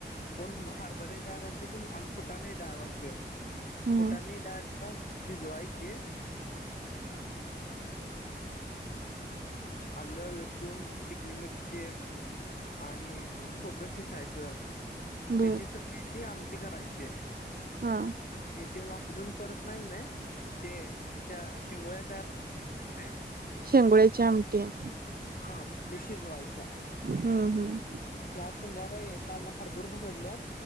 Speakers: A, on the left (about 50°); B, on the right (about 55°).
A: कोण हरभरा डाळ घालतय कोण आम्ही फुटाणे डाळ घालतोय.
B: हं
A: फुटाणे डाळ भिजवाय आलं, लसूण, पिकली मिरची आणि खोबरं खिसायचं
B: बर
A: ह जी <unintelligible> आमटी करायची आहे
B: हा.
A: तेथे वापरून परत नाही ना? ते त्या शिंगोया तयार <unintelligible>
B: शेंगोळ्याची आमटी आहे.
A: हो, हे शिजवायाच्या.
B: हम्म, हम्म
A: ते आज संध्याकाळी काल हरभूर भरडल्यात